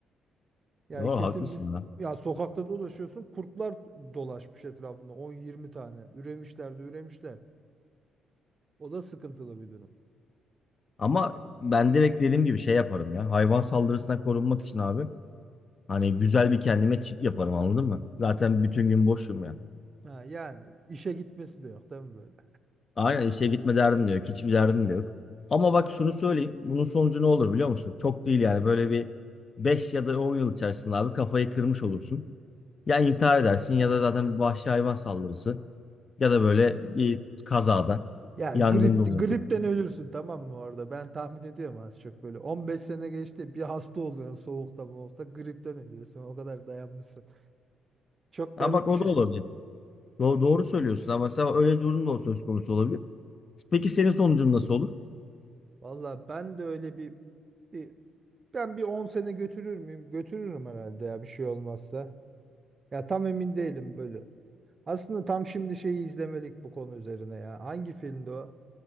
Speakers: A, on the right (about 35°); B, on the left (about 40°).
A: Ya
B: Doğru
A: kesin
B: haklısın
A: biz
B: lan.
A: ya sokakta dolaşıyorsun kurtlar dolaşmış etrafında on yirmi tane. Üremişler de üremişler. O da sıkıntılı bir durum.
B: Ama ben direkt dediğim gibi şey yaparım ya. Hayvan saldırısından korunmak için abi. Hani güzel bir kendime çit yaparım anladın mı? Zaten bütün gün boşum ya.
A: Ha, yani işe gitmesi de yok değil mi böyle?
B: Aynen işe gitme derdin de yok. Hiçbir derdin de yok. Ama bak şunu söyleyeyim. Bunun sonucu ne olur biliyor musun? Çok değil yani. Böyle bir 5 ya da 10 yıl içerisinde abi kafayı kırmış olursun. Ya intihar edersin ya da zaten bir vahşi hayvan saldırısı. Ya da böyle bir kazada.
A: Ya
B: Yangında
A: grip,
B: olabilir.
A: gripten ölürsün tamam mı orada? Ben tahmin ediyorum az çok böyle. on beş sene geçti bir hasta oluyorsun soğukta moğukta gripten ölüyorsun. O kadar dayanmışsın. Çok
B: Ha
A: garip
B: bak o
A: bir şey.
B: da olabilir. Do- doğru söylüyorsun ama mesela öyle durum da söz konusu olabilir. Peki senin sonucun nasıl olur?
A: Valla ben de öyle bir bir Ben bir 10 sene götürür müyüm? Götürürüm herhalde ya bir şey olmazsa. Ya tam emin değilim böyle. Aslında tam şimdi şeyi izlemelik bu konu üzerine ya. Hangi filmdi o?